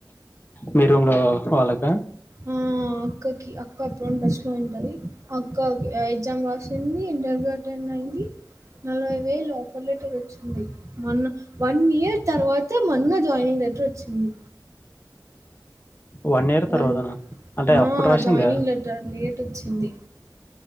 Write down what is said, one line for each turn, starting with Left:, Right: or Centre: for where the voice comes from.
Left: మీ రూమ్ లో వాళ్ళక
Right: ఆ అక్కకి అక్క అప్పుడు ట్రెస్ట్ లో ఉంటాది అక్క ఎగ్జామ్ రా సింది ఇంటర్వ్యూ అటెండ్ అయింది నలభై వేలు ఆఫర్ లెటర్ వోచ్చింది మొన్న వన్ ఇయర్ తర్వాత మొన్న జాయినింగ్ లెటర్ వొచ్చింది
Left: వన్ ఇయర్
Right: వాళ
Left: తర్వాతనా అంటే
Right: ఆ
Left: అప్పుడు రాసిందా
Right: జాయినింగ్ లెటర్ లేట్ ఓచ్చింది